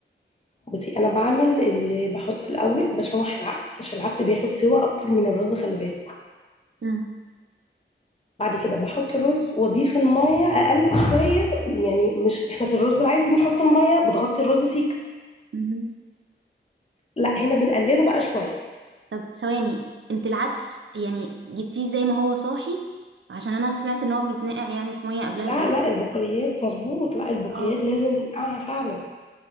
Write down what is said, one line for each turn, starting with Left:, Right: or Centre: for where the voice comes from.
Left: بصي انا بعمل اللي بحط الاول بشوح العدس عشان العدس بياخد سوا اكتر من الرز خلي بالك
Right: مم.
Left: بعد كده بحط الرز واضيف الميه اقل شويه يعني مش احنا في الرز العادي بنحط الميه بتغطي الرز سيكه
Right: مهم.
Left: لا هنا بنقلله بقى شويه
Right: طب ثواني انت العدس يعني جبتيه زي ما هو صاحي عشان انا سمعت ان هو بيتنقع يعني في ميه قبلها
Left: لا
Right: بيوم
Left: لا البقوليات مظبوط لا البقوليات
Right: اه
Left: لازم ننقعها فعلا